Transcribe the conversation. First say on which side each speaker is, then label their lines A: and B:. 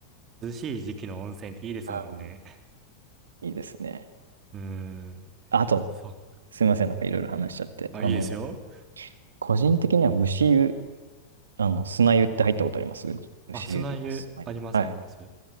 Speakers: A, on the right; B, on the right.
A: 涼しい時期の温泉っていいですもんね。
B: うんいいですね。
A: うーん。
B: あと、
A: そっか。
B: すみません、
A: うん。
B: なんかいろいろ話しちゃって。
A: あ、
B: あの、
A: いいですよ。
B: 個人的には蒸し湯あの、砂湯って入ったことあります牛湯とか砂湯。
A: あ、砂湯、ありますあります。
B: はい。
A: う